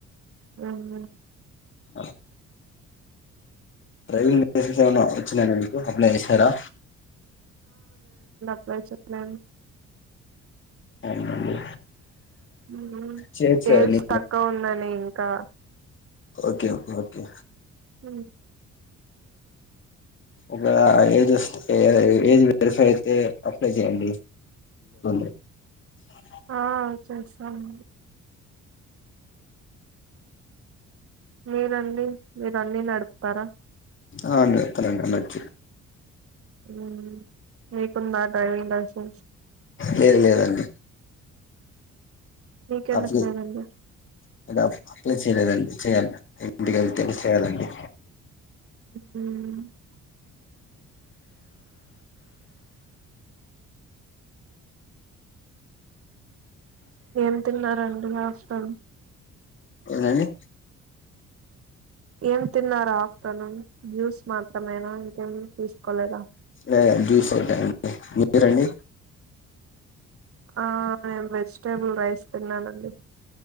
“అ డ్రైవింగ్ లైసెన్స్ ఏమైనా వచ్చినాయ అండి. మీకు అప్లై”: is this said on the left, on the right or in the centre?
Left